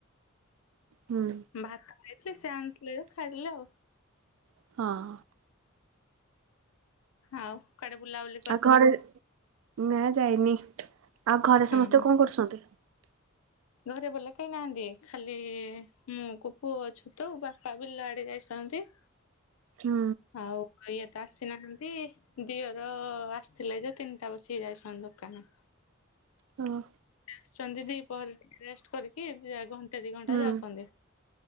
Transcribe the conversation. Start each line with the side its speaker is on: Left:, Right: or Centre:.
Right: ହୁଁ।
Left: ଭାତ ଖାଇଥିଲି। ସେ ଆଣିଥିଲେ ଯେ ଖାଇଦେଲି ଆଉ।
Right: ହଁ।
Left: ଆଉ କୁଆଡ଼େ ବୁଲା ବୁଲ୍-
Right: ଆଉ ଘରେ- ନା ଯାଇନି। ଆଉ ଘରେ
Left: ହୁଁ।
Right: ସମସ୍ତେ କଣ କରୁଛନ୍ତି?
Left: ଘରେ ବଲେ କେହି ନାହାନ୍ତି, ଖାଲି ମୁଁ କୁ ପୁଅ ଅଛୁ ତ ବାପା ବିଲ ଆଡେ ଯାଇଥାନ୍ତି।
Right: ହୁଁ।
Left: ଆଉ ଇଏ ତ ଆସିନାହାନ୍ତି। ଦିଅର ଆସିଥିଲେ ଯେ, ତିନିଟା ବସିକି ଯାଇସନ୍ତି ଦୋକାନ।
Right: ହଁ।
Left: ଆସୁଛନ୍ତି ଦିପହର ଟିକେ ରେଷ୍ଟ କରିକି, ଦି ଘଣ୍ଟେ ଦି ଘଣ୍ଟା
Right: ହୁଁ
Left: ଯାଉଛନ୍ତି।